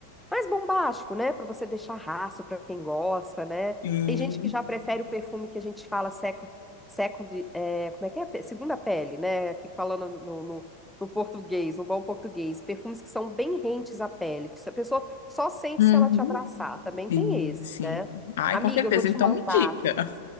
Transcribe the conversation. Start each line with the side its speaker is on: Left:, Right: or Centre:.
Centre: mais bombástico, né? Para você deixar rastro para quem gosta, né?
Left: Sim.
Centre: Tem gente que já prefere o perfume que a gente fala second, second, é, como é que é? Pe- Segunda pele, né? Aqui falando no, no- no português, no bom português, perfumes que são bem rentes à pele, que se a pessoa só sente
Left: Uhum.
Centre: se ela te abraçar. Também
Left: Sim,
Centre: tem esses,
Left: sim.
Centre: né?
Left: Ai,
Centre: Amiga,
Left: com certeza.
Centre: eu vou te
Left: Então
Centre: mandar,
Left: me indica.